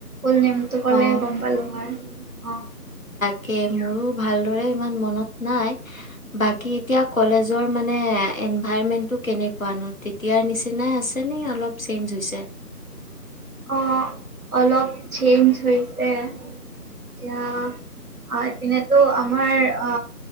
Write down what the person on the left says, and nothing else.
অ
তাকে মোৰো ভালদৰে ইমান মনত নাই বাকী এতিয়া কলেজৰ মানে এনভাইৰমেণ্টটো কেনেকুৱানো তেতিয়াৰ নিচিনাই আছে নি অলপ চেঞ্জ হৈছে